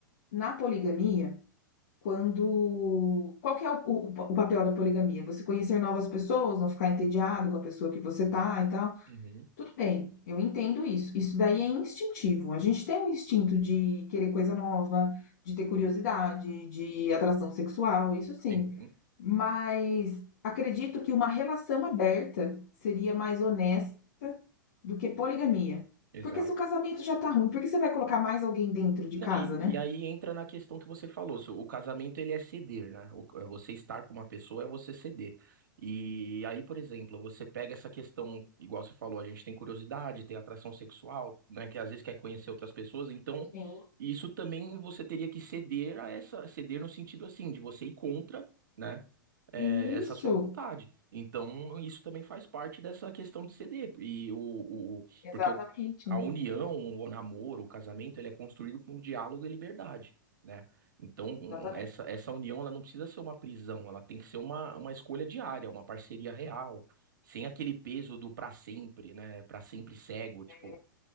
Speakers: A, on the left; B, on the right.
A: na poligamia, quando. Qual que é o, o- o papel da poligamia? Você conhecer novas pessoas, não ficar entediado com a pessoa que você tá e tal.
B: Uhum.
A: Tudo bem, eu entendo isso. Isso daí é instintivo. A gente tem um instinto de querer coisa nova, de ter curiosidade, de atração sexual, isso sim.
B: Sim,
A: Mas acredito que uma relação aberta seria mais honesta do que poligamia.
B: exato.
A: Porque se o casamento já tá ruim, por que você vai colocar mais alguém dentro de
B: Não,
A: casa,
B: e,
A: né?
B: e aí entra na questão que você falou, se o casamento ele é ceder, né? O- é você estar com uma pessoa é você ceder. E aí, por exemplo, você pega essa questão, igual você falou, a gente tem curiosidade, tem atração sexual, né? Que às vezes quer conhecer outras pessoas, então
A: sim
B: isso também você teria que ceder a essa, ceder no sentido assim, de você ir contra, né? é,
A: Isso,
B: essa sua vontade. Então, isso também faz parte dessa questão de ceder. E o, o-
A: exatamente,
B: porque o- a união, o namoro, o casamento, ele é construído com diálogo e liberdade, né? Então, um,
A: exatamente.
B: um, essa, essa união, ela não precisa ser uma prisão, ela tem que ser uma, uma escolha diária, uma parceria real, sem aquele peso do pra sempre, né? Pra sempre cego, tipo,
A: É,